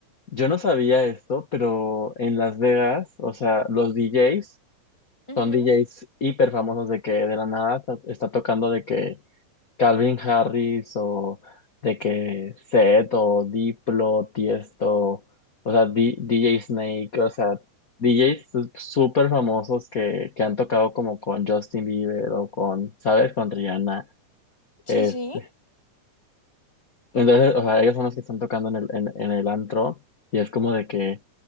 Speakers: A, on the left; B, on the left.
A: yo no sabía esto, pero en Las Vegas, o sea, los DJs
B: Ujú,
A: Son DJs hiper famosos de que de la nada está, está tocando de que Calvin Harris o de que Seth o Diplo, Tiesto, o sea, D- DJ Snake, o sea, DJs su- súper famosos que, que han tocado como con Justin Bieber o con, ¿sabes? Con Rihanna.
B: Sí,
A: Este.
B: sí.
A: Entonces, o sea, ellos son los que están tocando en el, en, en el antro y es como de que,